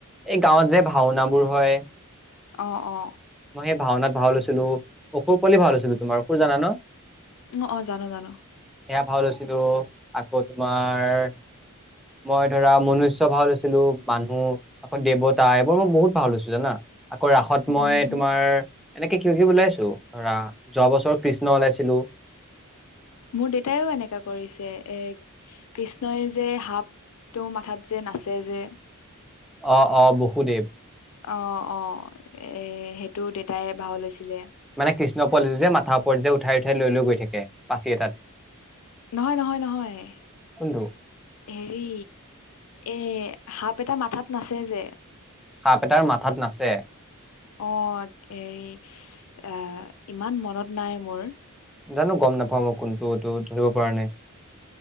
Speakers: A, in the centre; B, on the left.
A: এই গাঁৱত যে ভাওনাবোৰ হয়।
B: অঁহ অঁহ।
A: মই সেই ভাওনাত ভাল লৈছিলোঁ অসুৰ পোৱালি ভাল লৈছিলোঁ, তোমাৰ অসুৰ জানা ন?
B: অ' অ' জানো জানো।
A: সেয়া ভাও লৈছিলো আকৌ তোমাৰ- মই ধৰা মনুষ্য ভাও লৈছিলো মানুহ- আকৌ দেৱতা, এইবোৰ মই বহুত ভাও লৈছো জানা আকৌ ৰাসত
B: উম
A: মই - তাৰ এনেকে কিবা কিবি ওলাইছো ধৰা যোৱা বছৰ কৃষ্ণ ওলাইছিলো।
B: মোৰ দেউতাইও এনেকা কৰিছে এ কৃষ্ণই যে সাপটো মাথাত যে নাচে যে
A: অ'-অ' বসুদেৱ
B: অ'-অ' এ সেইটো দেউেতাই ভাও লৈছিলে।
A: মানে কৃষ্ণ পোৱালিটো যে মাথাৰ ওপৰত যে উঠাই-উঠাই লৈ-লৈ গৈ থাকে পাচি এটাত।
B: নহয়-নহয়-নহয।
A: কোনটো
B: হেৰি এ সাপ এটা মাথাত নাচে যে
A: সাপ এটাৰ মাথাত নাচে
B: অ' হেৰি, আহ ইমান মনত নাই মোৰ।
A: জানো গম নাপাওঁ মই কোনটো এইটো ধৰিব পৰা নাই